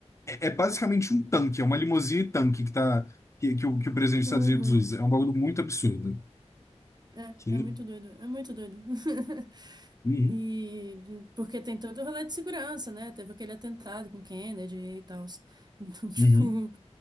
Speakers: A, on the left; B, on the right.
A: é, é, é basicamente um tanque, é uma limusine tanque que, tá, que, que, o, que o presidente dos
B: <laughs> Uhum.
A: Estados Unidos usa. É um bagulho muito absurdo.
B: É,
A: Que...
B: é muito doido. É muito doido. <laughs>
A: Uhum.
B: E porque tem todo o rolê de segurança, né? Teve aquele atentado com Kennedy e tal. Então, <laughs> tipo,
A: Uhum.